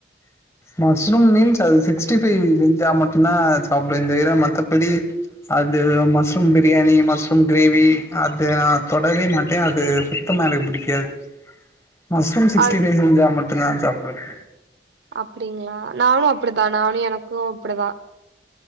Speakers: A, on the left (about 15°); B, on the right (about 70°).
A: மஸ்்ரூம் மீன்ஸ் அது சிக்ஸ்டி ஃபைவ் செஞ்சா மட்டுும்்தான் சாப்பிடுவே இந்த விிர மத்தபடி அது மஸ்்ரூம் பிரியாணி மஸ்்ரூம் கிரேவி அது நான் தொடவே மாட்டேன் அது சுத்தமா எனக்கு பிடிக்காது <inaudible> மஸ்ரூம் சிக்ஸ்டி
B: அது
A: பைஸ் ஜாமுன் பத்தனான் சப்ப ஹ
B: அப்படிங்களா நானு இப்படிதான் நானும் எனக்கும் இப்படிதான்